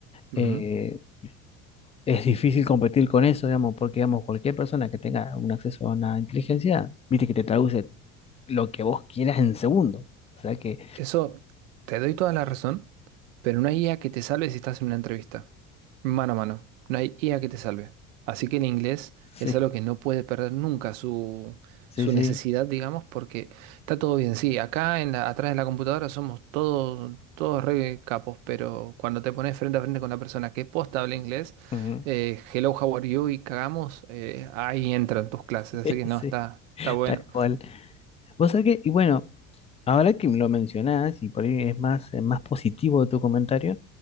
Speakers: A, on the right; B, on the left.
A: Ujú.
B: eh, es difícil competir con eso, digamos, porque, digamos, cualquier persona que tenga un acceso a una inteligencia, viste que te traduce lo que vos quieras en segundo. O sea que,
A: Eso te doy toda la razón, pero no hay IA que te salve si estás en una entrevista. Mano a mano, no hay IA que te salve. Así que el inglés
B: sí,
A: es algo que no puede perder nunca su,
B: sí,
A: su
B: sí.
A: necesidad, digamos, porque está todo bien. Sí, acá en la- atrás de la computadora somos todos, todos re capos, pero cuando te pones frente a frente con la persona que posta habla inglés,
B: ujú,
A: eh, hello, how are you y cagamos, eh, ahí entran tus clases.
B: <laughs>
A: Así que no,
B: Sí,
A: está, está bueno.
B: tal cual. Vos sabés que, y bueno, ahora que me lo mencionás, y por ahí es más, eh, más positivo tu comentario,